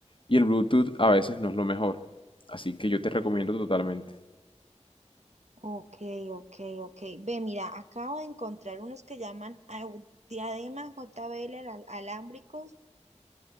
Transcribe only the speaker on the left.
y el Bluetooth a veces no es lo mejor, así que yo te recomiendo totalmente.